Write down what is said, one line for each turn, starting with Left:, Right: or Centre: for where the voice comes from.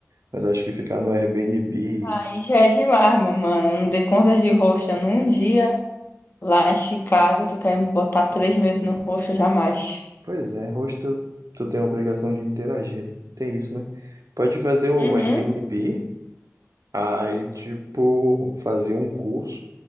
Right: Mas acho que ficar no Airbnb
Left: Aí já é demais, meu mano. Eu Não dei conta de rosto num dia. Lá em Chicago, tu quer me botar três meses no rosto, jamais.
Right: Pois é, rosto, tu tem a obrigação de interagir, tem isso, né? Pode fazer o
Left: Uhum.
Right: Airbnb, aí, tipo, fazer um curso